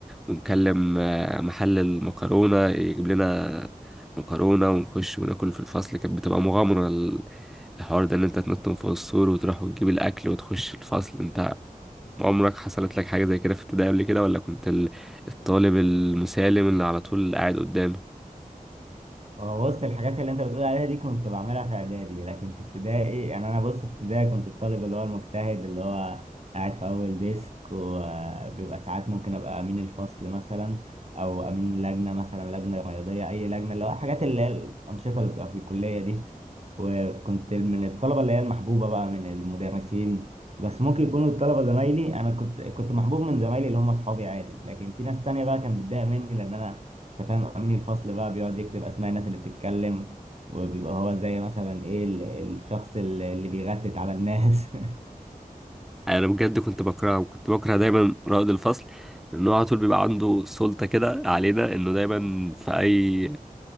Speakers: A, in the centre; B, on the right.
A: ونكلم آه، محل المكرونة يجيب لنا مكرونة ونخش وناكل في الفصل كانت بتبقى مغامرة ال- الحوار ده ان انت تنط من فوق السور وتروح وتجيب الاكل وتخش الفصل انت عمرك حصلت لك حاجة زي كده في ابتدائي قبل كده ولا كنت ال- الطالب المسالم اللي على طول قاعد قدام
B: هو بص الحاجات اللي انت بتقول عليها دي كنت بعملها في اعدادي لكن في ابتدائي يعني انا بص في ابتدائي كنت الطالب اللي هو المجتهد اللي هو قاعد في اول ديسك وبيبقى ساعات ممكن ابقى امين الفصل مثلا او امين لجنه مثلا لجنه رياضيه اي لجنه اللي هو الحاجات اللي هي الانشطه اللي بتبقى في الكليه دي وكنت من الطلبه اللي هي المحبوبه بقى من المدرسين بس ممكن يكونوا الطلبة زمايلي أنا كنت كنت محبوب من زمايلي اللي هم أصحابي عادي لكن في ناس تانية بقى كانت بتضايق مني لأن أنا انت فاهم امين الفصل بقى بيقعد يكتب اسماء الناس اللي بتتكلم وبيبقى هو زي مثلا ايه ال- الشخص اللي اللي بيغتت على الناس <laughs>
A: انا بجد كنت بكرهه وكنت بكره دايما رائد الفصل لانه على طول بيبقى عنده سلطة كده علينا انه دايما في اي